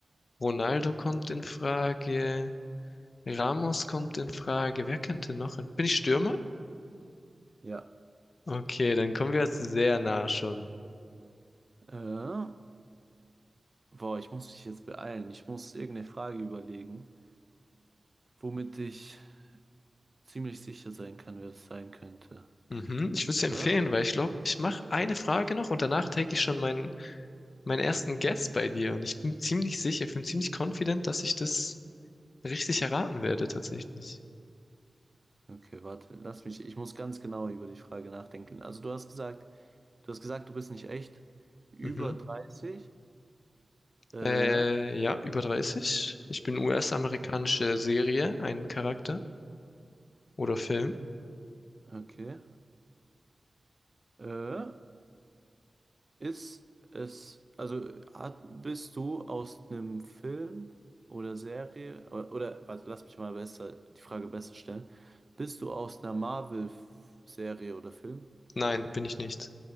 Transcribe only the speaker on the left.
Ronaldo kommt in Frage, Ramos kommt in Frage. Wer könnte noch in... Bin ich Stürmer?
Okay, dann kommen wir jetzt sehr nah schon.
Mhm, ich würde es empfehlen,
weil ich glaube, ich mache eine Frage noch und danach take ich schon meinen meinen ersten Guess bei dir und ich bin ziemlich sicher, ich bin ziemlich confident, dass ich das richtig erraten werde tatsächlich.
Mhm.
Äh, ja, über 30. Ich bin US-amerikanische Serie, ein Charakter oder Film.
Nein, bin ich nicht.